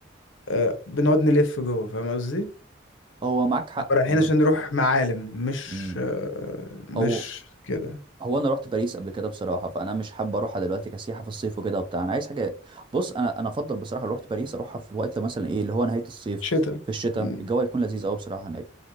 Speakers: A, on the left (about 80°); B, on the right (about 25°).
A: آه، بنقعد نلف جوه فاهم قصدي
B: هو معاك حق
A: نبقى رايحين
B: ب...
A: عشان نروح معالم مش
B: مم.
A: آه، مش
B: هو
A: كده
B: هو انا رحت باريس قبل كده بصراحه فانا مش حابب اروحها دلوقتي كسياحه في الصيف وكده وبتاع انا عايز حاجه بص انا انا افضل بصراحه لو رحت باريس اروحها في وقت مثلا ايه اللي هو نهايه الصيف
A: شتا
B: في الشتاء
A: مم.
B: الجو هيكون لذيذ قوي بصراحه هناك